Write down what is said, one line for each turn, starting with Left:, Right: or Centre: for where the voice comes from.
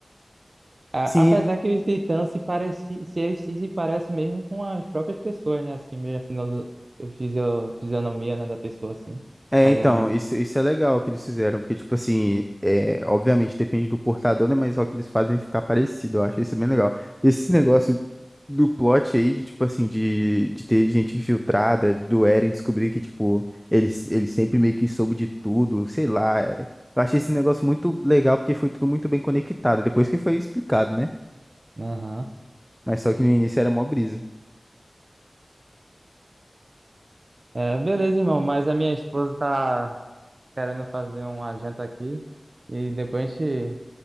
Right: A-
Centre: Sim,
Right: Apesar que os titãs se parecem, se eles se parecem mesmo com as próprias pessoas, né? Assim, meio a fino- fisio- fisionomia, né, da pessoa, assim,
Centre: É,
Right: mais
Centre: então,
Right: ou menos.
Centre: isso, isso é legal que eles fizeram, porque, tipo assim, é, obviamente depende do portador, né? Mas só que eles fazem ficar parecido, eu acho isso bem legal. Esse negócio do plot aí, de, tipo assim, de, de ter gente infiltrada, do Eren descobrir que, tipo, ele, ele sempre meio que soube de tudo, sei lá. é. Eu achei esse negócio muito legal, porque foi tudo muito bem conectado, depois que foi explicado, né?
Right: Aham.
Centre: Mas só que no início era mó brisa.
Right: É, beleza, irmão, mas a minha esposa tá querendo fazer uma janta aqui e depois a gente